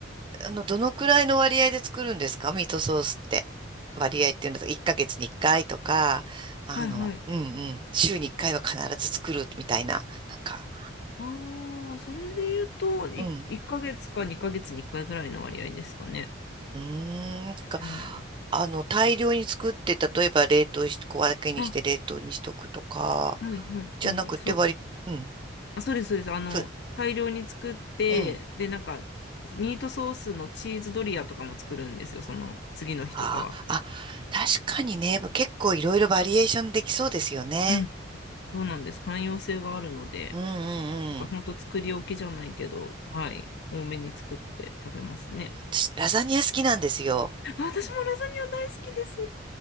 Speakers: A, on the right; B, on the left.
A: あの、どのくらいの割合で作るんですかミートソースって。割合っていうのと、1ヶ月に1回とか、あの、
B: はいはい。
A: うんうん。週に1回は必ず作るみたいな。なんか、
B: ああ、それで言うと、い、
A: うん。
B: 1ヶ月か2ヶ月に1回ぐらいの割合ですかね。
A: うーん、か、
B: うん。
A: あの、大量に作って、例えば冷凍して、小分けにして冷凍にしとくとか、
B: あ、はいはいはい。
A: じゃなくて割り、
B: そう、
A: うん、
B: あ、そうですそうです。あの、
A: そう、
B: 大量に作って、
A: うん。
B: で、なんか、ミートソースのチーズドリアとかも作るんですよ、その次の日とかは。
A: ああ、あ、確かにね、結構いろいろバリエーションできそうですよね。
B: うん。そうなんです。汎用性があるので、
A: うんうんうん。
B: なんか本当作り置きじゃないけど、はい、多めに作って食べますね。
A: 私、ラザニア好きなんですよ。
B: あ、私もラザニア大好きです。